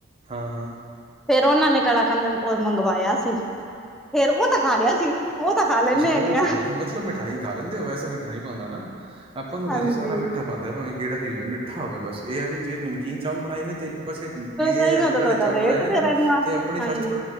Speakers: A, on the right; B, in the centre.
A: ਹਾਂ-ਹਾਂ
B: ਫੇਰ ਉਹਨਾਂ ਨੇ ਕਲਾਕੰਧ ਮੰਗਵਾਇਆ ਸੀ, ਫੇਰ ਉਹ ਤਾਂ ਖਾ ਲਿਆ ਸੀ। ਉਹ ਤਾਂ ਖਾ ਲੈਂਦੇ
A: ਅੱਛਾ ਉਹ
B: ਹੈਗੇ ਆ
A: ਖਾ ਲੈ, ਮਤਲਬ ਮਿਠਾਈ ਖਾ ਲੈਂਦੇ ਹੋ, ਵੈਸੇ ਮਿੱਠਾ ਨੀ ਪਾਂਦਾ ਨਾ, ਆਪਾਂ ਨੂੰ
B: ਹਾਂਜੀ
A: ਤਾਂ ਜੀ ਸਾਰਾ ਮਿੱਠਾ ਬਣਦਾ ਭਾਵੇ ਕਿਹੜਾ ਵੀ ਹੋਵੇ ਮਿੱਠਾ ਹੋਵੇ ਬਸ ਇਹ ਹੈ ਵੀ ਜੇ ਨਮਕੀਨ ਚਾਵਲ ਬਣਾਏ ਨੇ ਤੇ ਇੱਕ ਪਾਸੇ
B: ਫਿਰ
A: ਪੀਲੇ
B: ਤਾਂਹੀਓ
A: ਜਾਂ ਗੁੱੜ
B: ਤਾਂ
A: ਵਾਲੇ
B: ਤੁਹਾਡਾ
A: ਚਾਵਲ
B: ਵੇਟ
A: ਬਣਾਏ ਨੇ ਨਾ
B: ਫੇਰ ਇੰਨਾ
A: ਤੇ ਆਪਣੀ
B: ਹਾਂਜੀ
A: ਫਸਟ